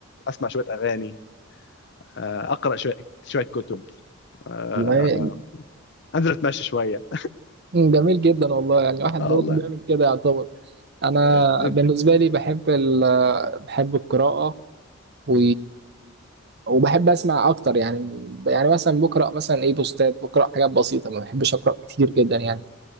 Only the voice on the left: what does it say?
اسمع شويه اغاني آه، اقرا شويه شويه كتب آه،
انزل اتمشى شويه
اه
والله
آه، آه،
آه.